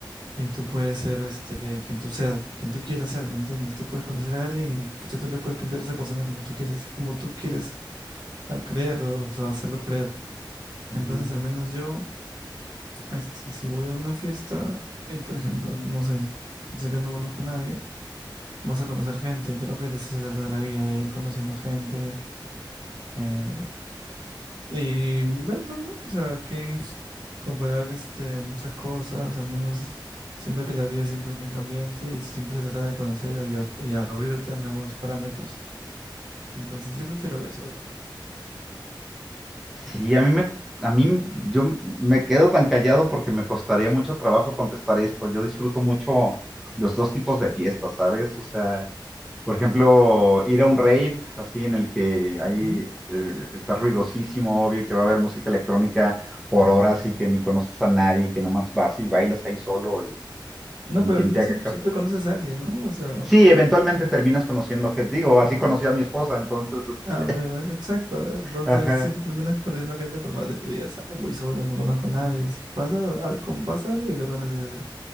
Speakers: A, on the right; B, in the centre.
A: y tú puedes ser este, quien tú seas, quien tú quieras ser, ¿me entiendes? Tú puedes conocer a alguien y pucha, tú le puedes pintar a esa persona como tú quieres, como tú quieres ah, creerlo, o sea, hacerlo creer.
B: Ujú.
A: Entonces, al menos yo. Este, si voy a una fiesta, y por ejemplo, no sé, sé que no conozco a nadie, vas a conocer gente y creo que de eso se trata la vida, de ir conociendo gente eh, y ver, pues, ¿no? O sea, que <laughs> comparar este, muchas cosas, al menos siento que la vida siempre es muy cambiante y siempre se trata de conocer y, abier- y abrirte a nuevos parámetros. Entonces, yo prefiero eso.
B: Sí, a mí me, a mí yo me quedo tan callado porque me costaría mucho trabajo contestar esto. Yo disfruto mucho los dos tipos de fiestas, ¿sabes? O sea, Por ejemplo, ir a un rave, así en el que hay,
A: Ujú.
B: eh, que está ruidosísimo, obvio, que va a haber música electrónica por horas y que ni conoces a nadie, que nomás vas y bailas ahí solo y,
A: No,
B: y ni
A: pero
B: quien
A: al final
B: te haga
A: sie-
B: caso.
A: siempre conoces a alguien, ¿no? O sea,
B: Sí, eventualmente terminas conociendo gente, digo, así
A: ajá.
B: conocí a mi esposa, entonces, es-
A: Ah, me parece exacto. ¿eh? Entonces
B: ajá,
A: siempre terminas conociendo gente por más de que digas, "Ay, voy solo, no conozco a nadie. Pasa algo, como pasa algo y lo conoces así.